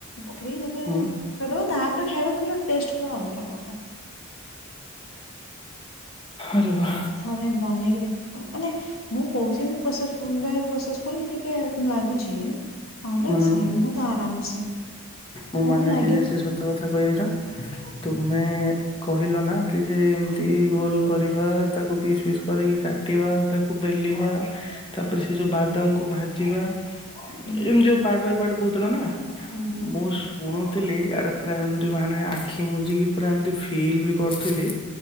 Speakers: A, on the left (about 70°); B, on the left (about 25°).
A: ପକେଇକି ତାପରେ
B: ହୁଁ
A: ଓ ତାହାପରେ ଖାଇବା ତାପରେ ଟେଷ୍ଟ ପୁରା ଅଲଗା ପ୍ରକାର।
B: ଆରେ ବାଃ।
A: ଥରେ ବନେଇକି ଦେଖିବ ମାନେ ମୁଁ କହୁଚି ଏମତି ପ୍ରୋସେସ ଫ-ବା- ପ୍ରୋସେସଫୁଲ ଟିକେ ଲାଗୁଛି। ନହେଲେ
B: ହଁ,
A: କିଛି
B: ହଁ,
A: ନାହିଁ ବହୁତ ଆରାମସେ
B: ମୁଁ ମାନେ
A: ମତେ ଲାଗେ
B: ସିରିୟସ୍ଲି
A: କି
B: ସତ କଥା କହିବି ନା ତୁମେ
A: ହୁଁ
B: କହିଲ ନା କି ଯେ ଏମିତି ଗୋଲ କରିବା ତାକୁ ପିସ୍ ପିସ୍ କରିକି କାଟିବା ତାକୁ ବେଲିବା ତାପରେ
A: ହୁଁ
B: ସେ ଯୋଉ ବାଦାମକୁ ଭାଜିବା ଏମତି
A: ହୁଁ
B: ଯୋଉ ପାର୍ଟ ବାଏ ପାର୍ଟ କହୁଥିଲ ନା
A: ହୁଁ ହୁଁ
B: ମୁଁ ଶୁଣୁ ଥିଲି ଆଡ଼େ ପୁରା ଏମତି ମାନେ ଆଖି ବୁଜିକି ପୁରା ଏମତି ଫିଲ୍ ବି କରୁଥିଲି